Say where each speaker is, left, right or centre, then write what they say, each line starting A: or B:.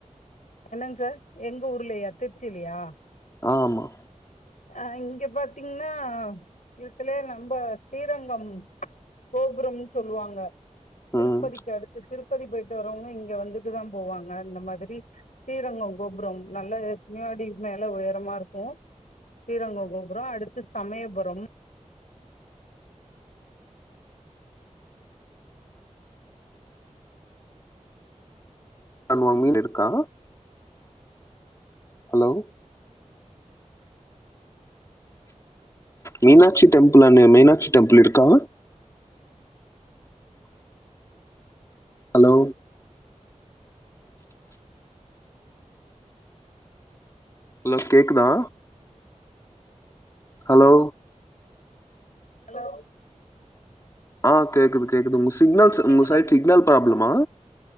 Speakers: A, on the left; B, on the left.
A: என்னாங் சார் எங்க ஊர்லயா திருச்சிலயா
B: ஆமா
A: ஆ இங்க பாத்தீங்கன்னா இவுதுலயே நம்ப ஸ்ரீரங்கம் கோபுரமுனு சொல்லுவாங்க திருப்பதிக்கு
B: ம்
A: அடுத்து திருப்பதி போயிட்டு வரவங்க இங்க வந்துட்டுதான் போவாங்க அந்த மாதிரி ஸ்ரீரங்கம் கோபுரம் நல்ல எத்தனயோயடி மேல உயரமா இருக்கும் ஸ்ரீரங்கம் கோபுரம் அடுத்து சமயபுரம்
B: <unintelligible> இருக்கா ஹலோ மீனாட்சி டெம்பிள் அனு மீனாட்சி டெம்பிள் இருக்கா ஹலோ ஹலோ கேக்குதா ஹலோ
A: ஹலோ
B: ஆ கேக்குது கேக்குது உங்க சிக்னல்ஸ்
A: கேக்குதாங்
B: உங்க சைட் சிக்னல் ப்ராபளமா